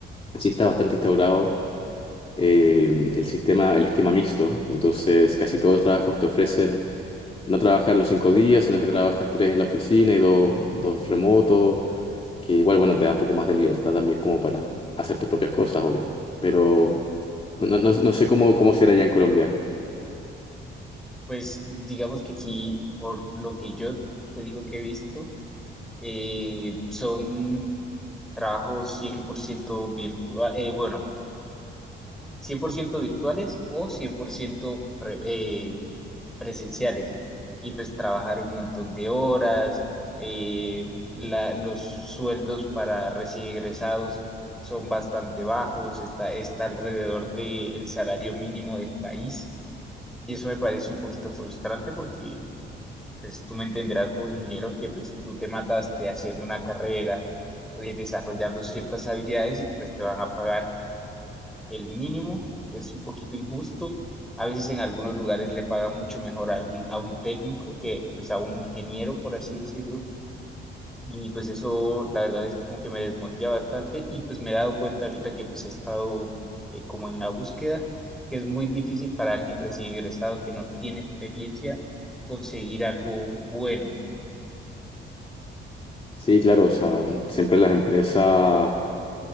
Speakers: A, on the left (about 30°); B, in the centre.
A: sí está bastante instaurado eh, el sistema, el esquema mixto. Entonces, casi todos los trabajos te ofrecen No trabajar los cinco días, sino que trabajas tres en la oficina y dos, dos remotos, que igual, bueno, te da un poco más de libertad también como para hacer tus propias cosas, obvio. Ah, bueno. Pero no, no, no no sé cómo, cómo será allá en Colombia.
B: Pues digamos que aquí, por lo que yo te digo que he visto, eh, son trabajos 100% virtuales, bueno, 100% virtuales o 100% pre- eh, presenciales. Y pues trabajar un montón de horas, eh, la- los sueldos para recién egresados son bastante bajos, está, está alrededor del salario mínimo del país. Y eso me parece un poquito frustrante porque pues tú me entenderás como ingeniero que pues tú te mataste haciendo una carrera, eh, desarrollando ciertas habilidades y pues te van a pagar el mínimo, es un poquito injusto. A veces en algunos lugares le pagan mucho mejor a algún, a un técnico que pues a un ingeniero, por así decirlo. Y pues eso la verdad es como que me desmotiva bastante y pues me he dado cuenta ahorita que pues he estado eh, como en la búsqueda, que es muy difícil para alguien recién ingresado que no tiene experiencia conseguir algo bueno
A: Sí, claro, o sea, siempre las empresas,